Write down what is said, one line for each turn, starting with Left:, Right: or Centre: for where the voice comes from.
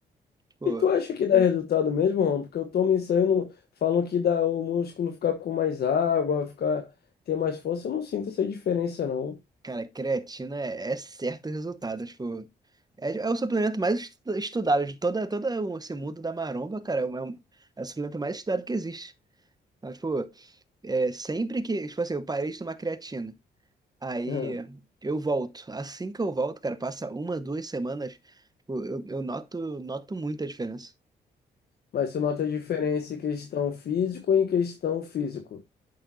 Right: Tipo,
Left: E tu acha que dá resultado mesmo, Ron? Porque eu tomo isso aí, eu não... falam que dá o músculo ficar com mais água, ficar ter mais força, eu não sinto essa diferença não.
Right: Cara, creatina é, é certo o resultado. Tipo, é, é o suplemento mais estu- estudado de toda, todo esse mundo da maromba, cara. É, o é o- é o suplemento mais estudado que existe. Então, tipo, é, sempre que, tipo assim, eu parei de tomar creatina, aí
Left: Hã.
Right: eu volto. Assim que eu volto, cara, passa uma, duas semanas, tipo, eu, eu noto, noto muita diferença.
Left: Mas tu nota a diferença em questão físico e em questão físico.